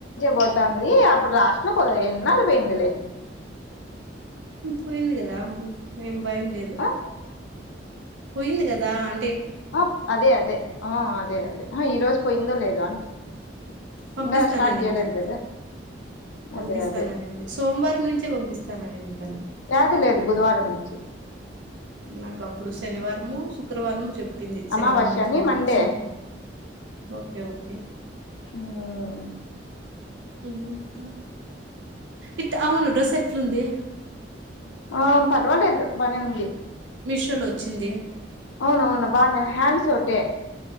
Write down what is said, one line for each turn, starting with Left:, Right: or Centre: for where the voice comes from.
Left: పోతంది అప్పుడు లాస్ట్ లో కొ ఎన్నాళ్ళు పోయిందిలే
Right: పోయింది కదాం ఏం భయం లేదు
Left: ఆ
Right: పోయింది కదా అ
Left: ఆ అదే అదే ఆ అదే అదే ఆ ఈ రోజు పోయిందో లేదో అని
Right: పంపిస్తాననింది
Left: ఇంకా స్టార్ట్ చేయాలేదు కదా
Right: పంపిస్తాననింది
Left: అదే అదే
Right: సోమవారం నుంచే పంపిస్తాననింది తను
Left: వ్యాది లేదు బుధవారం నుంచి
Right: నాకు అప్పుడు శనివారము శుక్రవారము చెప్ చెప్పింది శనివారం
Left: అమావాస్యని
Right: నుంచి
Left: మండే
Right: సోమారం ఓకే ఓకే
Left: హ్మ్మ్
Right: ఉహు ఇంకా ఇతే అవును డ్రస్ ఎట్లు ఉంది
Left: ఆ పర్వాలేదు బనే ఉంది
Right: మీషోలో వచ్చింది
Left: అవును అవును బానే హ్యాండ్స్ ఒకటే